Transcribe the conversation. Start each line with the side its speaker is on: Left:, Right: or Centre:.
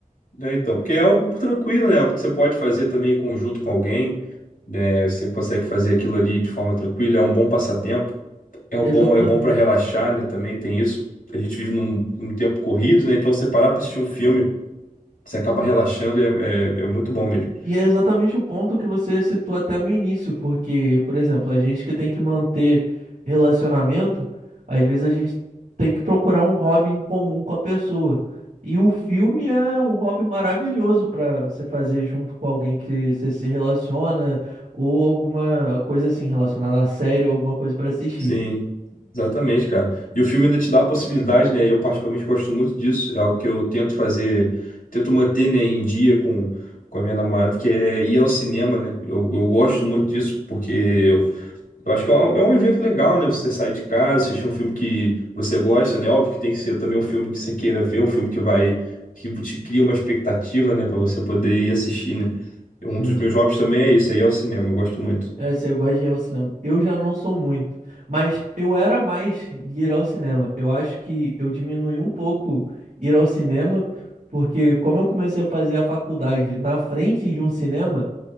Left: né, então, porque é algo tranquilo, né? Algo que você pode fazer também em conjunto com alguém, né? Você consegue fazer aquilo ali de forma tranquila, é um bom passatempo, é
Right: Exatamente.
Left: um bom, é bom para relaxar, né? Também tem isso. A gente vive num, num tempo corrido, né? Então, você parar para assistir um filme, você acaba relaxando e é, é, é muito bom mesmo.
Right: E é exatamente o ponto que você citou até no início, porque, por exemplo, a gente que tem que manter relacionamento, às vezes a gente tem que procurar um hobby em comum com a pessoa. E o filme é um hobby maravilhoso para você fazer junto com alguém que você se relaciona, ou alguma coisa assim relacionada a série, ou alguma coisa para assistir.
Left: Sim, exatamente, cara. E o filme ainda te dá a possibilidade, né? Eu particularmente gosto muito disso, é algo que eu tento fazer, tento manter, né, em dia com com a minha namorada, que é ir ao cinema, né? Eu, eu gosto muito disso, porque Eu acho que é um é um evento legal, né? Você sair de casa, assistir um filme que você gosta, né? Óbvio que tem que ser também um filme que você queira ver, um filme que vai, que te cria uma expectativa, né? Pra você poder ir assistir, né? Um
Right: Sim.
Left: dos meus hobbies também é isso, aí é o cinema, eu gosto muito.
Right: É, se eu gosto de ir ao cinema. Eu já não sou muito, mas eu era mais de ir ao cinema. Eu acho que eu diminui um pouco ir ao cinema, porque como eu comecei a fazer a faculdade na frente de um cinema,